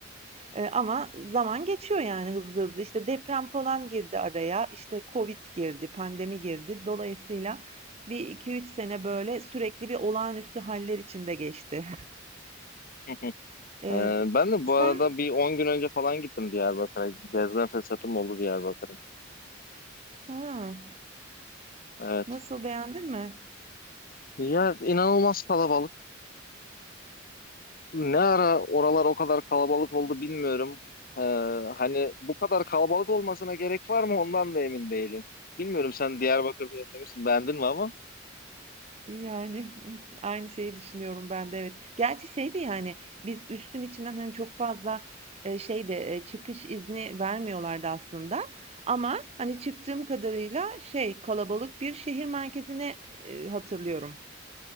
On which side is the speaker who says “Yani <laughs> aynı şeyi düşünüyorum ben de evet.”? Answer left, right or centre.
Right